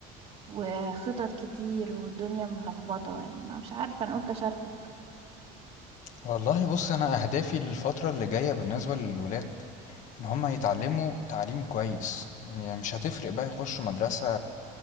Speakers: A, on the right; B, on the left.
A: وخطط كتير والدنيا ملخبطه يعني ما مش عارفه انا قلت اشاركك
B: والله بص انا اهدافي للفتره اللي جايه بالنسبه للولاد ان هم يتعلموا تعليم كويس يعني مش هتفرق بقى يخشوا مدرسه